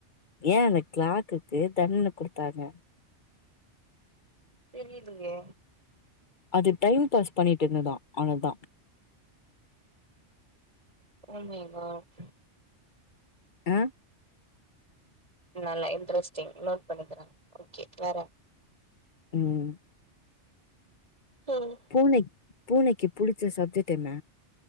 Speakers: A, on the left; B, on the right.
A: ஏ அந்த கிளாக்குக்கு தண்டன குடுத்தாங்க
B: தெரியலியே
A: அது டைம் பாஸ் பண்ணிட்டிருந்ததா ஆனாதா
B: ஓ மை காட்
A: அ
B: நல்லா இன்ட்ரெஸ்டிங் நோட் பண்ணிக்குறே ஓகே வேற
A: ம்
B: ம்
A: பூனைக் பூனக்கி புடுச்ச சப்ஜெக்ட் என்ன?